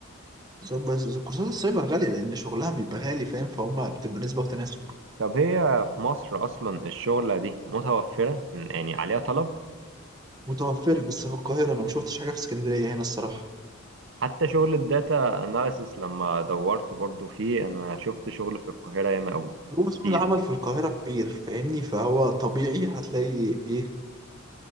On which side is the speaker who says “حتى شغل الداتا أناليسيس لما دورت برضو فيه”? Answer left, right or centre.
Right